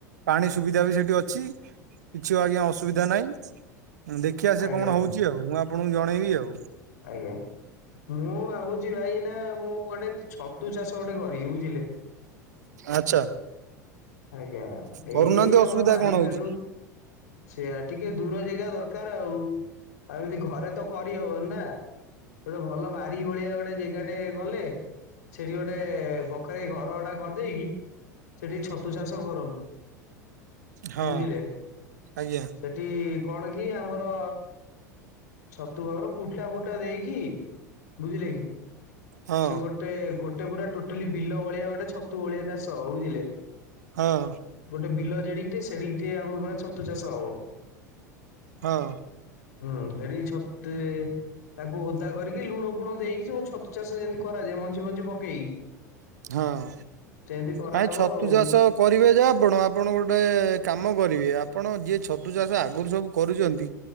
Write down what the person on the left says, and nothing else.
ଆଜ୍ଞା
ଆଜ୍ଞା
ଆଜ୍ଞା। ମୁଁ ଭାବୁଛି ଭାଇ ନା ମୁଁ ଗୋଟେ ଛତୁ ଚାଷ ଗୋଟେ କରିବି ବୁଝିଲେ।
ଆଜ୍ଞା ଏଇ
ଆମ ବାରି
ଫାରିରୁ ସେଇଆ ଟିକେ ଦୂର ଯେଗା ଦରକାର ଆଉଁ ଆଉଁ ଏମିତି ଘରେ ତ କରିହବନି ନାଁ ଗୋଟେ ଭଲ ବାରି ଭଳିଆ ଗୋଟେ ଗୋଟେ ଜାଗା ଟେ ଗଲେ ସେଠିଁ ଗୋଟେ ବଖରେଇ ଘରଭଡା କରିଦେଇକି ସେଠିକି ଛତୁ ଚାଷ କରନ୍ତୁ
ବୁଝିଲେ।
ସେଠି କଣ କି ଆମର ଛତୁ ଘାବର କୁଟା ଫୁଟା ଦେଇକି ବୁଝିଲେ କି।
ସେ ଗୋଟେ ଗୋଟେ ପୁରା ଟୋଟାଲି ବିଲ ଭଳିଆ ଗୋଟେ ଛତୁ ଭଳିଆ ଚାଷ ବୁଝିଲେ।
ଗୋଟେ ବିଲ ଜେଡିକିଟିଏ ସେଡିକିଟିଏ ଆମର ପୁରା ଛତୁ ଚାଷ ହବ।
ହୁଁ ସେଠି ଛତୁ ଏ ତାଙ୍କୁ ଓଦା କରିକି ଲୁଣ ଫୁଣ ଦେଇକି ସବୁ ଛତୁ ଚାଷ ଯେମିତି କରାଯାଏ ମଞ୍ଜି ମଞ୍ଜି ପକେଇକି।
ସେମିତି କରାହେବ
ଆଉ